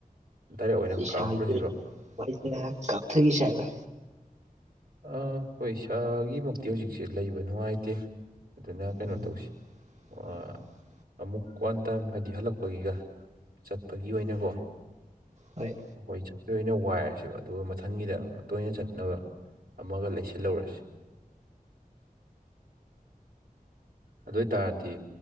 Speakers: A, on the right; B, on the right.
A: ꯗꯥꯏꯔꯦꯛ ꯑꯣꯏꯅ
B: ꯏꯁꯥꯒꯤ
A: ꯀꯥꯞꯈ꯭ꯔꯁꯤꯔꯣ
B: <unintelligible> ꯀꯥꯞꯊꯒꯤꯁꯦ ꯍꯥꯏꯕ꯭ꯔꯣ
A: ꯑ ꯍꯣꯏ ꯏꯁꯥꯒꯤꯃꯛꯇꯤ ꯍꯧꯖꯤꯛꯁꯦ ꯂꯩꯕ ꯅꯨꯡꯉꯥꯏꯇꯦ ꯑꯗꯨꯅ ꯀꯩꯅꯣ
B: ꯎꯝ
A: ꯇꯧꯁꯤ
B: <inaudible>
A: ꯑ, ꯑꯃꯨꯛ ꯋꯥꯟ ꯇꯥꯏꯝ ꯍꯥꯏꯗꯤ ꯍꯜꯂꯛꯄꯒꯤꯒ ꯆꯠꯄꯒꯤ ꯑꯣꯏꯅꯀꯣ
B: ꯍꯣꯏ
A: ꯑꯩꯈꯣꯏ ꯆꯠꯄ ꯑꯣꯏꯅ ꯋꯥꯏꯔꯁꯦꯕ ꯑꯗꯨꯒ ꯃꯊꯪꯒꯤꯗ ꯇꯣꯏꯅ ꯆꯠꯅꯕ ꯑꯃꯒ ꯂꯩꯁꯤꯜꯍꯧꯔꯁꯤ ꯑꯗꯨ ꯑꯣꯏ ꯇꯥꯔꯗꯤ